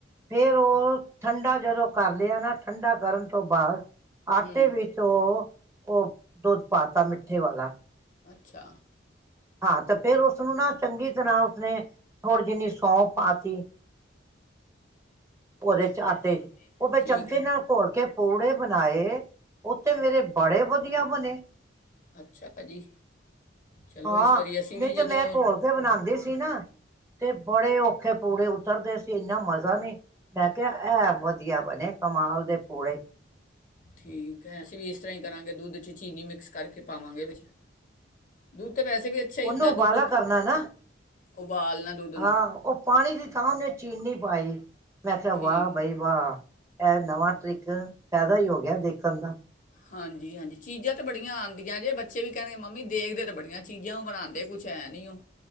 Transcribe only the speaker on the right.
ਫੇਰ ਉਹ ਠੰਡਾ ਜਦੋਂ ਕਰ ਲਿਆ ਨਾ, ਠੰਡਾ ਕਰਨ ਤੋਂ ਬਾਅਦ ਆਟੇ
ਵਿੱਚ, ਉਹ ਉਹ ਦੁੱਧ ਪਾ ਤਾ, ਮਿੱਠੇ ਵਾਲਾ।
ਹਾਂ ਤੇ ਫਿਰ ਉਸਨੂੰ ਨਾ, ਚੰਗੀ ਤਰ੍ਹਾਂ ਉਸਨੇ ਥੋੜ੍ਹੀ ਜਿਹੀ ਸੌਂਫ ਪਾਤੀ। ਉਹਦੇ
ਚ ਆਟੇ ਚ, ਉਹ ਫੇ
ਚਮਚੇ
ਨਾਲ ਘੋਲ ਕੇ ਪੂੜੇ ਬਣਾਏ। ਹ ਉੱਥੇ ਮੇਰੇ ਬੜੇ ਵਧੀਆ ਬਣੇ,
ਹਾਂ,
ਨਹੀਂ
ਤੇ
ਮੈਂ ਘੋਲ ਕੇ ਬਣਾਉਂਦੀ ਸੀ ਨਾ ਤੇ ਬੜੇ ਔਖੇ ਪੂੜੇ ਉਤਰਦੇ ਸੀ, ਇੰਨਾ ਮਜ਼ਾ ਨਹੀਂ ਮੈਂ ਕਿਹਾ, ਇਹ ਵਧੀਆ ਬਣੇ ਕਮਾਲ ਦੇ ਪੂੜੇ।
ਉਹਨੂੰ
ਉਬਾਲਾ
ਕਰਨਾ ਨਾ,
ਹਾਂ ਉਹ ਪਾਣੀ ਦੀ ਥਾਂ ਉਹਨੇ ਚੀਨੀ ਪਾਈ। <unintelligible> ਮੈਂ ਕਿਹਾ
ਵਾਹ, ਬਈ ਵਾਹ, ਇਹ ਨਵਾਂ ਟ੍ਰਿਕ ਫੈਦਾ ਹੀ ਹੋ ਗਿਆ, ਦੇਖਣ ਦਾ।